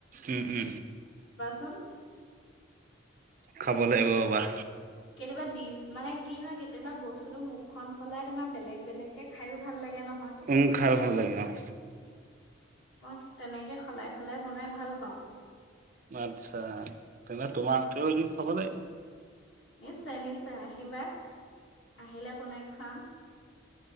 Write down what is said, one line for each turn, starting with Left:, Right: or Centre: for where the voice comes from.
Right: উ', উ।
Left: কাম
Right: খাব লাগিব ৰবা
Left: কেতিয়াবা ডিজ মানে কি হয় কেতিয়াবা বস্তুতো মুখখন সলাই তোমাৰ বেলেগ বেলেগ কে খাইও ভাল লাগে ন?
Right: উ, খাই ভাল লাগে অ'।
Left: মই কি তেনেকে সলাই সলাই বনাই ভাল পাওঁ।
Right: আচ্ছা, তেনে তোমাৰ হাতেও এদিন খাব লা
Left: নিশ্চয় নিশ্চয় আহিবা, আহিলে বনাই খুৱাম।